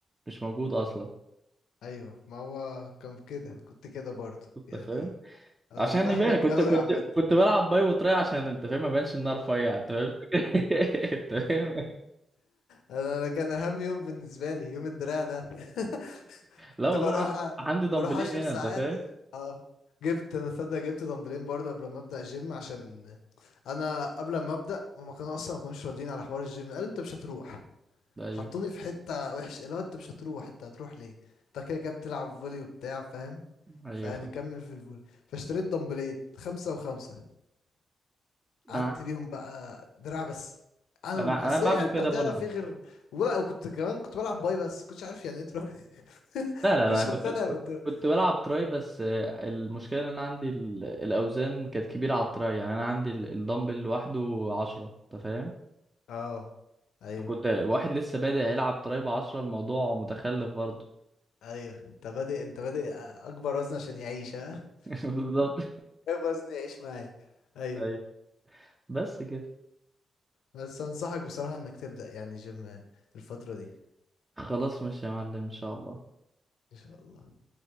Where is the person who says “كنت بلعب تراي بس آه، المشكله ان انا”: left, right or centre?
Right